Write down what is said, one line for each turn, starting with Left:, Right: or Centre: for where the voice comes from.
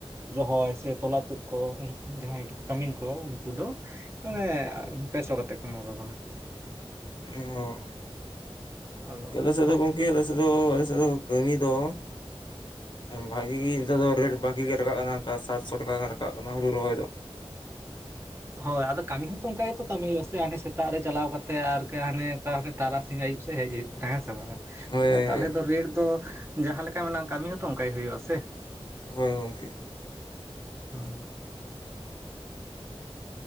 Right: ᱨᱚᱦᱚᱭ ᱥᱮ ᱛᱚᱞᱟ ᱛᱩᱫ ᱠᱚ ᱩᱱᱠᱩ ᱡᱟᱦᱟᱸᱭ ᱠᱟᱹᱢᱤᱱ ᱠᱚ ᱩᱱᱠᱩ ᱫᱚ ᱢᱟᱱᱮ ᱯᱮ ᱥᱚ ᱠᱟᱛᱮᱫ ᱠᱚ ᱮᱢᱟ ᱠᱚ ᱠᱟᱱᱟ᱾
Left: <unintelligible>
Right: ᱟᱫᱚ
Left: ᱟᱞᱮ ᱥᱮ ᱫᱚ ᱜᱚᱝᱠᱮ ᱟᱞᱮ ᱥᱮ ᱫᱚ ᱟᱞᱮ ᱥᱮ ᱫᱚ ᱠᱟᱹᱢᱤ ᱫᱚ ᱵᱷᱟᱜᱮ ᱜᱮ ᱱᱤᱛᱚᱜ ᱫᱚ ᱨᱮᱴ ᱵᱟᱠᱤ ᱜᱮ ᱨᱟᱠᱟᱜ ᱠᱟᱱᱟ ᱥᱟᱛᱥᱚ ᱴᱟᱠᱟ ᱜᱟᱱ ᱨᱟᱠᱟᱵ ᱠᱟᱱᱟ ᱦᱩᱲᱩ ᱨᱚᱦᱚᱭ ᱫᱚ᱾
Right: ᱦᱳᱭ ᱟᱫᱚ ᱠᱟᱹᱢᱤ ᱦᱚᱸᱛᱚ ᱚᱱᱠᱟ ᱜᱮᱛᱚ ᱠᱟᱹᱢᱤ ᱦ ᱦᱩᱭᱩᱜ ᱟ ᱥᱮ ᱦᱟᱱᱮ ᱥᱮᱛᱟᱜ ᱨᱮ ᱪᱟᱞᱟᱣ ᱠᱟᱛᱮ ᱟᱨ ᱦᱟᱱᱮ ᱚᱠᱟ ᱦᱟᱱᱮ ᱛᱟᱨᱥᱤᱧ ᱟᱹᱭᱩᱵ ᱥᱮ ᱦᱮᱡ ᱦᱩᱭᱩᱜ ᱠᱟᱱᱟ ᱦᱮᱸ ᱥᱮ ᱵᱟᱝ
Left: ᱦᱳᱭ
Right: ᱟᱫᱚ
Left: ᱦᱳᱭ
Right: ᱛᱟᱦᱚᱞᱮ
Left: ᱦᱳᱭ
Right: ᱫᱚ ᱨᱮᱴ ᱫᱚ ᱡᱟᱦᱟᱸᱮ ᱞᱮᱠᱟ ᱢᱮᱱᱟᱜ ᱠᱟᱹᱢᱤ ᱦᱚᱸᱛᱚ ᱚᱱᱠᱟ ᱜᱮ ᱦᱩᱭᱩᱜ ᱟ ᱥᱮ
Left: ᱦᱳᱭ ᱜᱚᱢᱠᱮ
Right: <unintelligible>